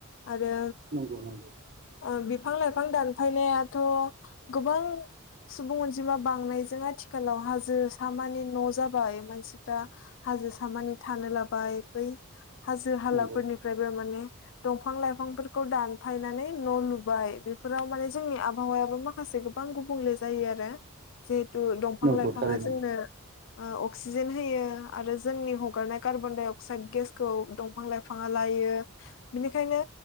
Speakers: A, on the left; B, on the right.
A: आरो
B: नंगौ नंगौ
A: ओ बि फां लाइफां दानफायनायाथ' गोबां सुबुं अनजिमा बांनायजों आथिखालाव हाजो सामानि न' जाबाय मानसिफ्रा हाजो सामानि थानो लाबाय बै हाजो हालाफोरनिफ्रायबो
B: नंगौ
A: माने दंफां लाइफांफोरखौ दानफायनानै न' लुबाय बेफोराव माने जोंनि आबहावायाबो मा खासे गोबां गुबुंले जायो आरो जिहेथु दंफां
B: नंगौ
A: लाइफाङा
B: थारैनो
A: जोंनो ओ अक्सिजेन होयो आरो जोंनि हगारनाय कार्बन दडाइ अक्साइद गेसखौ दंफां लाइफाङा ला यो बिनिखायनो